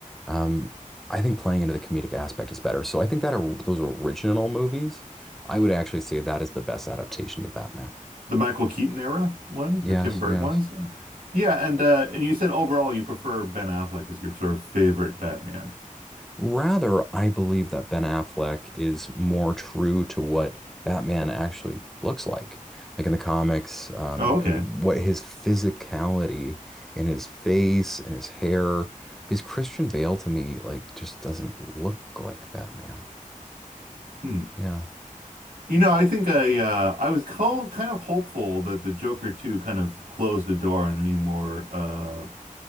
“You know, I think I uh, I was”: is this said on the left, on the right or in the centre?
Right